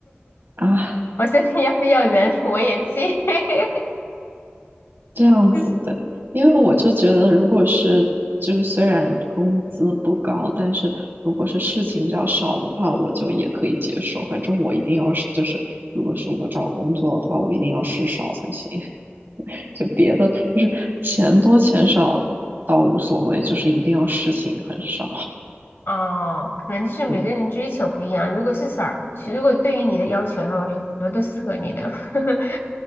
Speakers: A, on the right (about 55°); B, on the left (about 60°).
A: 啊，
B: <laughs> 我相信要不要人我也去，<laughs>
A: 这样子对，
B: 就是
A: 因为我就觉得，如果是就是虽然工资不高，但是如果是事情比较少的话，我就也可以接受。反正我一定要是就是，如果是我找工作的话，我一定要事少才行。<laughs> 就别的就是钱多钱少倒无所谓，就是一定要事情很少。
B: 哦，可能就是每个人追求不一样。
A: 嗯，
B: 如果是少，如果对于你的要求的话，我觉得很多都适合你的。<laughs>